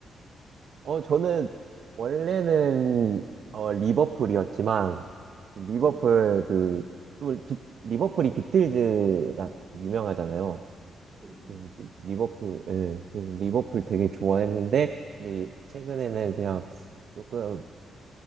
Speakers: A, on the right; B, on the right.
A: 어, 저는 원래는 어, 리버풀이었지만, 리버풀
B: 네.
A: 그, 또 비- 리버풀이 비틀즈라 유명하잖아요.
B: 그렇죠, 그렇죠.
A: 음, 리버풀, 예, 음, 리버풀 되게 좋아했는데, 근데 요- 최근에는 그냥 조금,